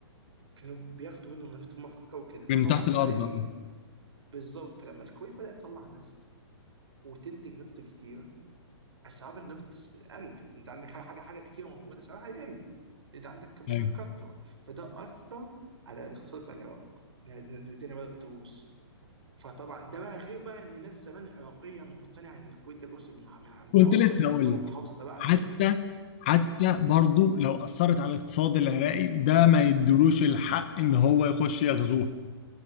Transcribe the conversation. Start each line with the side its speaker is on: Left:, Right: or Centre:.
Right: كانوا بياخدوا منه النفط هم فكروا كده فطبعا
Left: من تحت الارض
Right: بقى ايه
Left: آه.
Right: بالظبط فلما الكويت بدات تطلع نفط وتنتج نفط كتير اسعار النفط قل انت عندك حاجه حاجه حاجه كتير موجوده سعرها هيقل انت عندك منها
Left: ايوه
Right: بكثره فده اثر على الاقتصاد بتاع العراق الدنيا بدات تبوظ فطبعا ده بقى غير بقى ان ناس زمان عراقيه مقتنعه ان الكويت ده جزء من من عندنا
Left: كنت
Right: اصلا
Left: لسه
Right: تعتبر
Left: هقول لك
Right: محافظه تبعنا
Left: حتى حتى
Right: ف
Left: برضه لو اثرت على الاقتصاد العراقي ده ما يدلوش الحق ان هو يخش يغزوه